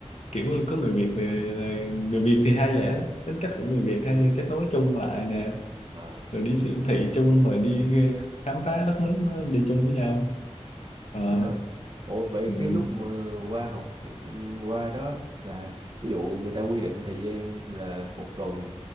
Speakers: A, on the left; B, on the right.
A: kiểu có người Việt thì là- người Việt thì hay vậy á. tính cách của người Việt hay kết nối chung lại nè
B: Ờ.
A: rồi đi siêu thị chung rồi đi ờ, khám phá đất nước nó đi chung với nhau Ờ,
B: Vậy hả? Ủa vậy
A: ừ,
B: cái lúc mà qua học qua đó là ví dụ người ta quy định thời gian là một tuần